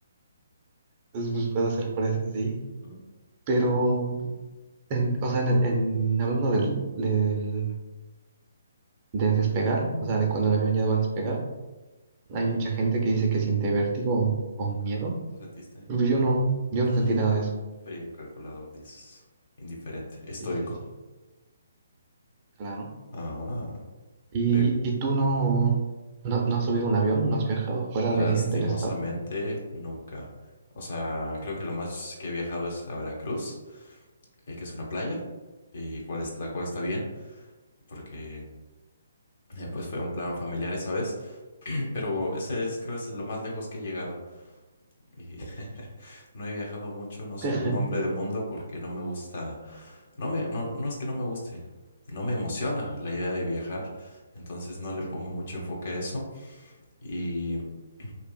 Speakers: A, on the right; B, on the left.
A: pues puede ser por eso, sí.
B: Mm,
A: Pero,
B: ah,
A: en- o sea, en, en- hablando del, del de despegar, o sea, de cuando el avión ya va a despegar.
B: ujú.
A: Hay mucha gente que dice que siente vértigo o miedo.
B: Ah, ¿tú sentiste?
A: Pues Yo no, yo no
B: ¡Ah!
A: sentí nada de eso,
B: Frío y calculador, dices. Indiferente, estoico.
A: Sí, sí, sí. claro.
B: Ah,
A: ¿Y,
B: eh,
A: y tú no, no, no has subido un avión? ¿No has viajado fuera
B: lastimosamente,
A: de, del estado?
B: nunca. O sea, creo que lo más que he viajado es a Veracruz, eh, que es una playa, y cual es, la cual está bien, porque eh, pues fue un plan familiar esa vez, <clears throat> pero ese es, creo, es lo más lejos que he llegado. Y <laughs> no he viajado mucho, no soy
A: <laughs>
B: un hombre de mundo porque no me gusta, no me, no, no es que no me guste, no me emociona la idea de viajar, entonces no le pongo mucho enfoque a eso y <clears throat>